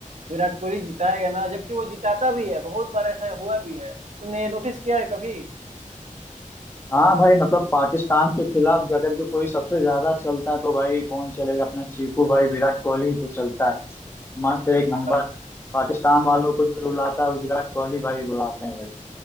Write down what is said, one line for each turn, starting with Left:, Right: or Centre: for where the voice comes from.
Right: विराट कोहली जिताएगा ना जबकि वो जिताता भी है बहुत बार ऐसा हुआ भी है तुमने ये नोटिस किया है कभी
Left: हाँ भाई मतलब पाकिस्तान के खिलाफ अगर जो कोई सबसे ज्यादा चलता है तो भाई कौन चलेगा अपना चीकू भाई विराट कोहली तो चलता है मस्त एक नंबर
Right: भाई
Left: पाकिस्तान वालों को जो रुलाता है वो विराट कोहली भाई रुलाते हैं भाई